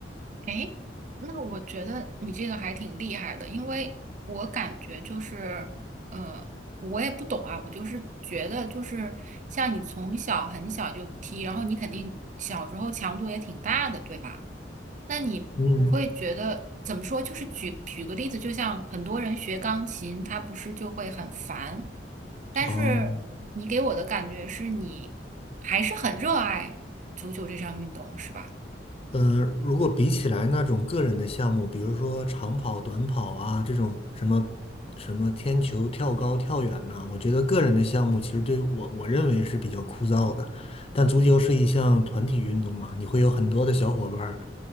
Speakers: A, on the right; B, on the left.
A: 诶，那我觉得你这个还挺厉害的，因为我感觉就是，呃，我也不懂啊，我就是觉得就是像你从小很小就踢，然后你肯定小时候强度也挺大的，对吧？那你不会觉得怎么说？
B: 嗯，
A: 就是举举个例子，就像很多人学钢琴，他不是就会很烦，但是你给我的感觉是你还是很热爱足球这项运动，
B: 哦，
A: 是吧？
B: 呃，如果比起来那种个人的项目，比如说长跑、短跑啊，这种什么什么天球、跳高、跳远呐、我觉得个人的项目其实对我我认为是比较枯燥的。但足球是一项团体运动嘛，你会有很多的小伙伴儿，